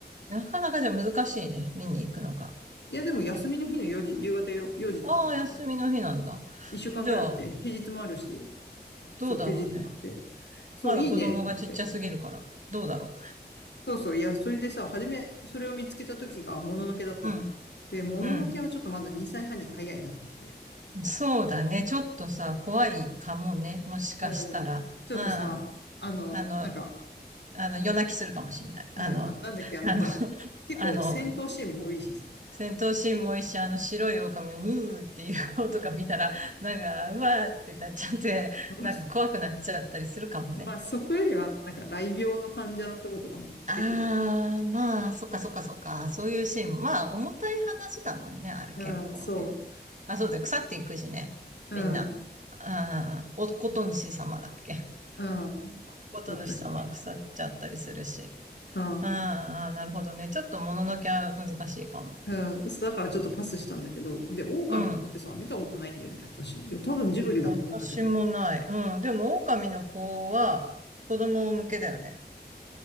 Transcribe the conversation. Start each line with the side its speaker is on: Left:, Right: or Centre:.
Right: なかなかじゃ難しいね、見に行くのが。
Left: いや、でも休みの日の4時、夕方よ4時とか、
Right: ああ、
Left: 多分、
Right: 休みの日なんだ。
Left: 1週間ぐらいあって、
Right: じゃあ、
Left: 平日もあるし、
Right: どうだろうね。
Left: そう、休日もあって、そう、
Right: まだ子供がちっちゃすぎるから、
Left: いいね、と思って。
Right: どうだろ
Left: そうそう、いや、それでさ、初め、それを見つけた時が、もののけだったの。
Right: う。うん。
Left: で、もののけはちょっとまだ2歳半に早いなと思って。
Right: うん。そうだね。ちょっとさ、怖いかもね。もしかしたら。
Left: うん、ちょっとさ、
Right: うん。あ
Left: あの、
Right: の、
Left: なんか、
Right: あの、夜泣きするかもしれない。
Left: うん、
Right: あの、
Left: あ、なんだっけ、あの、
Right: あの、
Left: ほら、
Right: <laughs>
Left: 結構戦闘シーンも多いしさ。
Right: あの、戦闘シーンもいいし、あの白い狼のうーっていう顔とか見たら、なんか、うわーってなっちゃって、
Left: <laughs> まあ、
Right: なんか怖くなっちゃったりするかもね。
Left: まあそこよりは、なんか、雷病の患者のとことかも結構、
Right: ああ、まあ、そっかそっかそっか。そういうシーン。まあ、重たい話だもんね、あれ結構ね。
Left: うん、そ
Right: あ、そうだよ、
Left: う。
Right: 腐っていくしね。
Left: うん、
Right: みんな。ああ、お、こと主様だっけ。
Left: うん、
Right: <laughs> こと主様は腐っちゃったりするし。
Left: だったっけ。うん。
Right: あーあー、なるほどね。ちょっともののけは難しいかも。
Left: うん。そうだからちょっとパスしたんだけど。で、狼の子ってさ、
Right: うん。
Left: 見たことないんだよね、私。いや、多分ジブリだと思うんだけど。
Right: 私もない。うん。でも、狼の子は子供向けだよね。